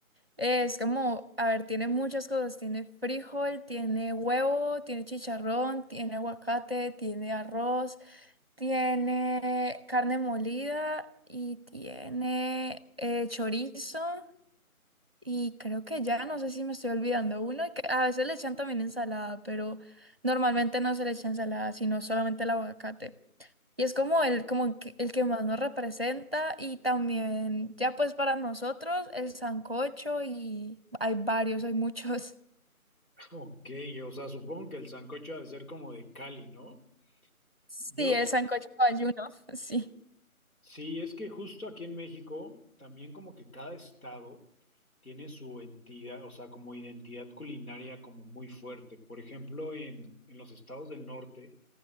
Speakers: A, on the right; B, on the left.
A: Es como, a ver, tiene muchas cosas. Tiene frijol, tiene huevo, tiene chicharrón, tiene aguacate, tiene arroz, tiene carne molida y tiene eh, chorizo. Y creo que ya, no sé si me estoy olvidando uno, y que a veces le echan también ensalada, pero normalmente no se le echa ensalada, sino solamente el aguacate. Y es como el, como que- el que más nos representa y también ya pues para nosotros el sancocho y hay varios, hay muchos. <laughs>
B: Ok, o sea, supongo que el sancocho ha de ser como de Cali, ¿no?
A: Sí,
B: Yo,
A: el sancocho ayuno, <laughs> sí.
B: Sí, es que justo aquí en México, también como que cada estado tiene su entidad, o sea, como identidad culinaria como muy fuerte. Por ejemplo, en, en los estados del norte